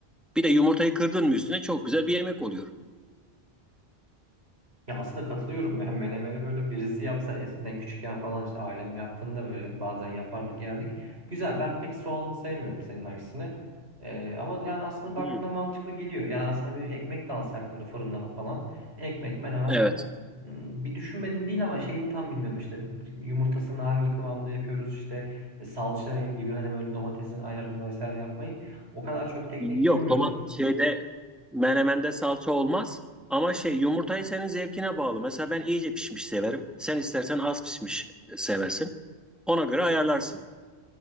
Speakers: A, in the centre; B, on the right.
A: Bir de yumurtayı kırdın mı üstüne çok güzel bir yemek oluyor.
B: Ya aslında katılıyorum ya menemeni böyle birisi yapsa eskiden küçükken falan işte ailem yaptığında böyle bazen yapardık yerdik. Güzel ben pek soğanlı sevmiyorum senin aksine. Ee, ama yani aslında baktığında
A: Hmm,
B: mantıklı geliyor. Yani aslında bir ekmek de alsak böyle fırından falan. Ekmek menemen
A: Evet.
B: Hmm, bir düşünmedim değil ama şeyini tam bilmiyordum işte yumurtasını hangi kıvamda yapıyoruz işte salça gibi hani böyle domatesin ayarını vesaire yapmayı. O kadar çok teknik
A: Yok
B: bilmiyordum.
A: domat şeyde menemende salça olmaz. Ama şey yumurtayı senin zevkine bağlı. Mesela ben iyice pişmiş severim. Sen istersen az pişmiş seversin. Ona göre ayarlarsın.